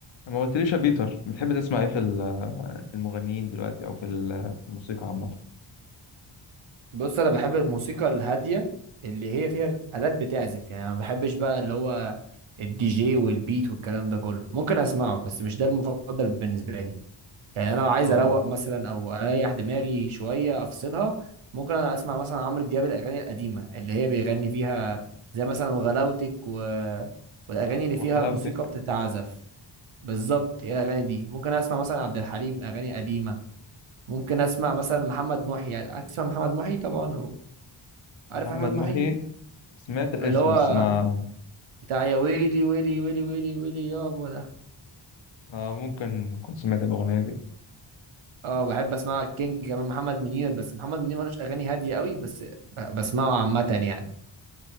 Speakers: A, on the left; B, on the right.
A: ما قلتليش يا بيتر بتحب تسمع ايه في ال- في المغنيين دلوقتي او في ال- في الموسيقى عامة
B: بص انا بحب الموسيقى الهاديه اللي هي فيها آلات بتعزف يعني انا ما بحبش بقى اللي هو الدي جي والبيت والكلام ده كله ممكن اسمعه بس مش ده المفضل بالنسبه لي يعني انا لو عايز
A: اه
B: اروق مثلا او اريح دماغي شويه افصلها ممكن أنا اسمع مثلا عمرو دياب الاغاني القديمه اللي هي بيغني فيها زي مثلا وغلاوتك و... والاغاني اللي
A: وحلاوتك
B: فيها موسيقى بتتعزف بالظبط هي الاغاني دي ممكن اسمع مثلا عبد الحليم اغاني قديمه ممكن اسمع مثلا محمد محي يعني هتسمع محمد محي طبعا عارف
A: محمد
B: احمد محي
A: محي سمعت الاسم
B: اللي هو
A: بس ما
B: بتاع يا ويلي ويلي ويلي ويلي ويلي يابا ده
A: آه ممكن كنت سمعت الأغنية دي
B: اه بحب اسمع الكينج كمان محمد منير بس محمد منير ملوش اغاني هاديه قوي بس ب- بسمعه عامه يعني